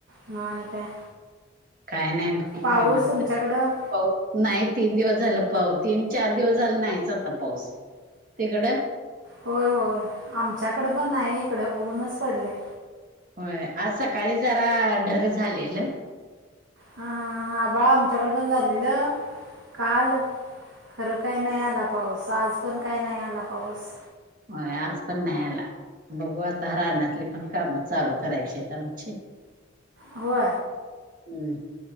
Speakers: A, on the right; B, on the right.
A: मन काय?
B: काय नाही बसलो
A: पाऊस
B: निवांत
A: तुमच्याकडं
B: पास नाही तीन दिवस झालं पा तीन चार दिवस झालं नाहीच. आता पाऊस तिकडं
A: होय होय आमच्याकडे पण नाही इकडे ऊनच पडले
B: होय आज सकाळी जरा ढग झालेल
A: हा हा हा आबाळ आमच्याकड पण झालेलं काल खरं काय नाही आला पाऊस आज पण काय नाही आला पाऊस
B: होय आज पण नाही आला बघू आता राहनाली पण कामं चालू करायची आहेत आमची
A: हो
B: हम्म